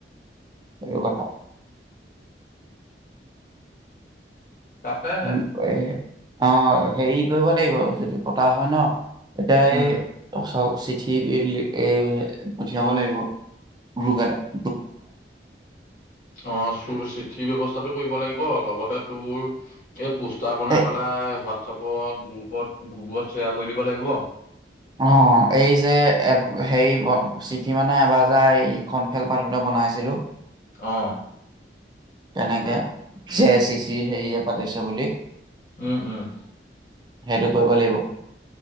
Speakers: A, on the right (about 25°); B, on the left (about 50°).
A: লাগিব ক। <unintelligible>
B: তাকেহে
A: উম এ। অ হেৰি কৰিব লাগিব যদি পতা হয় ন। এতিয়াই এই
B: উম
A: দচক। চিঠি এ পঠিয়াব লাগিব গুপ এটাত
B: অ চু চিঠি ব্যৱস্থাটো কৰিব লাগ- লগতে তোৰ এই পুছ- তা বনাই
A: এই
B: পেলাই হোৱাটছআপ। গুপত গুপত গুবত শ্বেয়াৰ কৰি দিব লাগিব।
A: অ এই যে হে চিঠি মানে এবাৰ যাৰ এইখন খেলপাততে বনাইছিলো।
B: অ
A: তেনেকে জে চি চি হেয়ে পাতিছে বুলি।
B: উম উম।
A: সেইটো কৰিব লাগিব।